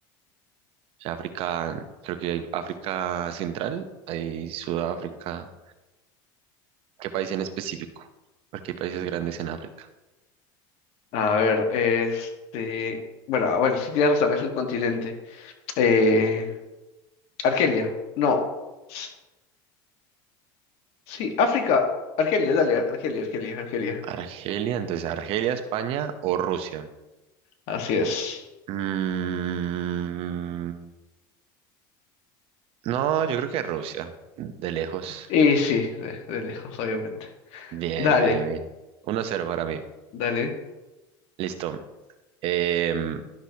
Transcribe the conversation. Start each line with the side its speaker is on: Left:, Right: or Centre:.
Right: África, creo que hay África Central, hay Sudáfrica. ¿Qué país en específico? Porque hay países grandes en África.
Left: A ver, este, bueno, ah, bueno, sí tienes razón, es un continente. Eh, Argelia. No. S- Sí, África. Argelia, dale, Argelia, Argelia, Argelia.
Right: Argelia, entonces Argelia, España o Rusia.
Left: Así es.
Right: Mm, no, yo creo que Rusia, de lejos.
Left: Y sí, de, de lejos, obviamente.
Right: Bien,
Left: Dale,
Right: bien, bien. Uno cero para mí.
Left: dale.
Right: Listo. Em,